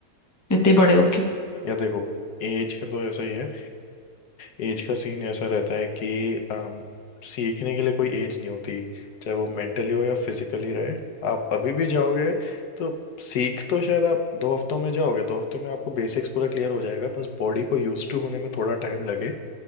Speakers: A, on the left; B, on the left.
A: इतने बड़े होके
B: या देखो एज का तो ऐसा ही है एज का सीन ऐसा रहता है कि अम, सीखने के लिए कोई एज नहीं होती चाहे वो मेंटली हो या फिजिकली रहे आप अभी भी जाओगे तो सीख तो शायद आप दो हफ्तों में जाओगे दो हफ्तों में आपको बेसिक्स पूरा क्लियर हो जाएगा बस बॉडी को यूज टू होने में थोड़ा टाइम लगे